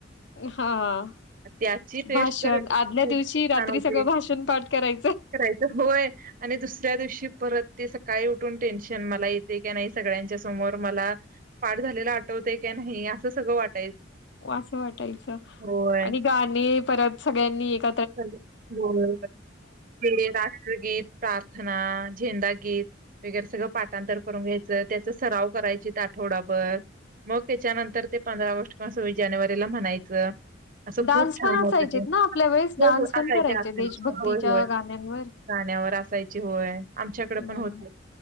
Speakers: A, on the left (about 65°); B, on the right (about 45°).
A: हां!
B: त्याची टेस्ट
A: भाषण,
B: तर खूपच
A: आदल्या दिवशी रात्री
B: छान होती
A: सगळं भाषण पाठ कराय
B: करायचं, होय आणि दुसऱ्या दिवशी परत ते स काय उठून टेन्शन मला येतय का नाही? सगळ्यांच्या समोर मला पाठ झालेला आठवते का नाही? असं सगळं वाटं
A: असं वाटायचं
B: होय
A: आणि गाणी परत सगळ्यांनी एक
B: <unintelligible> ते राष्ट्रगीत, प्रार्थना, झेंडा गीत, वगैरे सगळं पाटांतर करून घ्यायचं, त्याच सराव करायचीत आठवडाभर. मग त्याच्यानंतर ते पंधरा ऑगस्ट किंवा सव्वीस जानेवारीला म्हणायचं. असं
A: डान्स
B: खूप छान
A: पण असायचेत
B: होत ते.
A: ना आपल्या वेळेस डान्स
B: होय, होय
A: पण
B: आखायचे
A: करायचे
B: आखायचे
A: देशभक्तीच्या
B: होय, होय
A: गाण्यांवर
B: गाण्या असायची होय, आमच्याकडे
A: हम्म
B: पण होते,